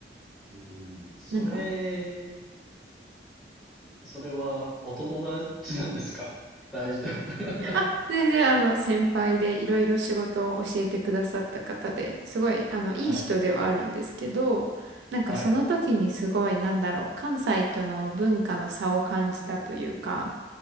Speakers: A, in the centre; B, on the right.
A: うん。それ、
B: なんか、
A: それはお友達なんですか大丈夫。
B: あ、全然あの先輩でいろいろ仕事を教えてくださった方ですごいあのいい人ではあるんですけどなんかその時にすごいなんだろう関西との文化の差を感じたというか
A: <laughs> はい。はい。